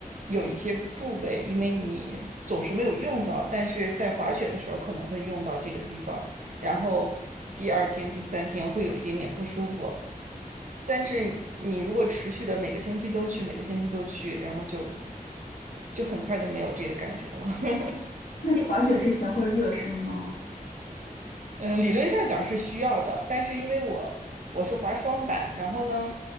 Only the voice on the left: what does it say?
那你滑雪之前会热身吗？